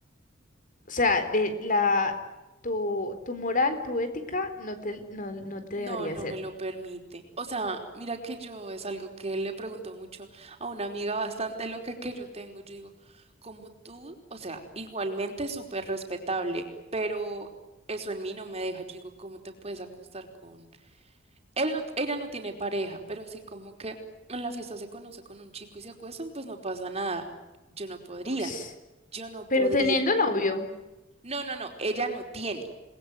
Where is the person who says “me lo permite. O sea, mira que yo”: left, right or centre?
Right